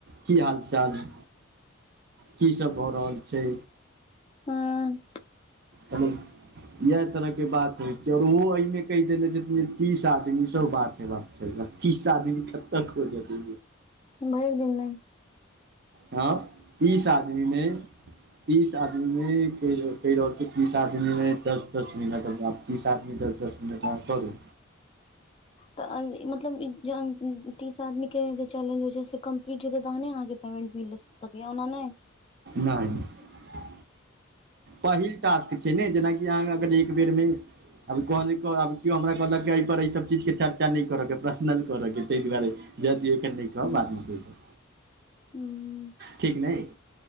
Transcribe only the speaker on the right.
की हाल चाल की सब भऽ रहल छै
हेलो इएह तरहके बात होइ छै आओर ओहो एहिमे कहि देने छथिन जे तीस आदमी सँ बात हेबाक बत्तीस आदमी कतेक खोजत
हँ तीस आदमी मे तीस आदमीमे कहि रहती कहि रहल छै तीस आदमीमे दस दस मिनट बात तीस आदमी दस दस मिनट अहाँ करू
नहि पहिल टास्क छै ने जेनाकि अहाँ अगर एक बेरमे अभी कहलक केओ हमरा कहलक एहि पर एहिसभ चीज के चर्चा नहि करऽ के पर्सनल करऽ के ताहि दुआरे जाय दियऔ एखन नहि कहब
बादमे कहि देब
ठीक नहि